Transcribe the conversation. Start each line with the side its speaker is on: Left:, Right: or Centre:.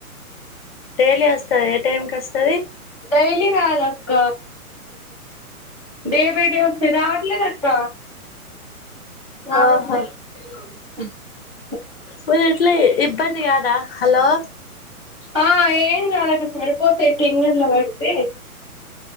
Left: డైలీ వస్తది ఏ టైం కి వస్తది
Right: డైలీ రాదక్క డే బై డే వస్తయి రావట్లేదు అక్క రావట్లే
Left: ఆహా
Right: ఆ
Left: మరి ఇట్లా ఇబ్బంది కాదా హలో
Right: ఆ ఏం గాదక్క సరిపోతయి టిన్నర్లో పడితే